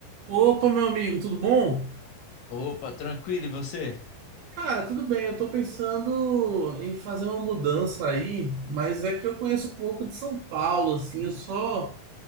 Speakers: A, on the right; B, on the left.
A: Opa, meu amigo, tudo bom?
B: Opa, tranquilo, e você?
A: Cara, tudo bem. Eu tô pensando em fazer uma mudança aí, mas é que eu conheço pouco de São Paulo, assim, eu só,